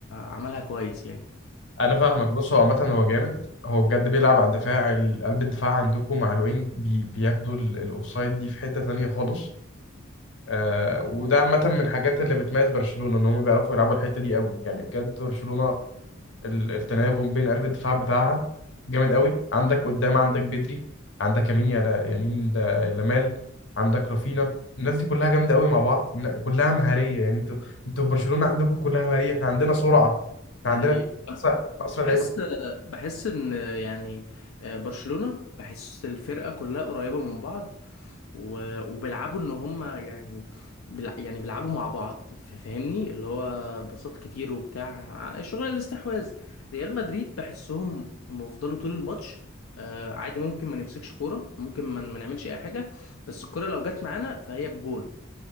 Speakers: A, on the left (about 85°); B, on the left (about 60°).
A: عملها كويس يعني
B: أنا فاهمك بص هو عامة هو جامد هو بجد بيلعب على الدفاع ال- قلب الدفاع عندكم مع الوينج بي بياخدوا ال- الأوفسايد دي في حتة تانية خالص آه وده عامة من الحاجات اللي بتميز برشلونة إن هم بيعرفوا يلعبوا الحتة دي أوي يعني بجد برشلونة ال- التناغم بين قلب الدفاع بتاعها جامد قوي عندك قدام عندك بدري عندك يمين يا يمين ل- لمال عندك رافينا الناس دي كلها جامده قوي مع بعض ن- كلها مهاريه يعني انتوا انتوا في برشلونه عندكم كلها مهاريه احنا عندنا سرعه احنا
A: ده
B: عندنا
A: حقيقي
B: اسرع اسرع
A: بحس
B: لعيبه
A: بحس ان يعني آه، برشلونة بحس الفرقة كلها قريبة من بعض و- وبيلعبوا ان هم يعني بيلع- يعني بيلعبوا مع بعض ف- فاهمني اللي هو باصات كتير وبتاع آه، شغل الاستحواذ ريال مدريد بحسهم هم فضلوا طول الماتش آه، عادي ممكن ما نمسكش كورة ممكن ما ما نعملش اي حاجة بس الكورة لو جت معانا فهي بجون